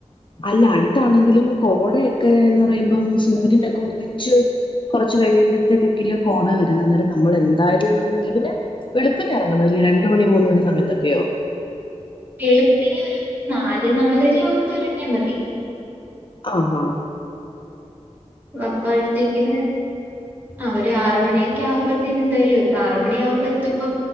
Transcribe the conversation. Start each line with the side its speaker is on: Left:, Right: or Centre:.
Left: അല്ല അടുത്താണെങ്കിലും കോടയൊക്കെ ഒെന്ന് പറയുമ്പം സൂര്യനൊക്കെ ഉദിച്ച് കുറച്ച്ു കഴിയുമ്പോഴത്തേക്ക കിലോ കോട വര അന്നേരം നമ്മൾ എന്തായാലും ഇവി പിന്നെ വളുപ്പിനന് ഇറങ്ങണം ര ണ മൂലോണ സമയ തക്ക
Right: വളുപ്പിന ഒരു നാല് നാലര ആവുമ്പോ ഇറങ്ങിയാ മതി
Left: ആഹ
Right: വപ്പഴത്തേക്കിന് ആ ഒരു ആറ മണിയൊക്കെ ആവുമ്പോ എന്തായാലും ആറ മണിയ ആകുമ്പ എത്തുമ്പോ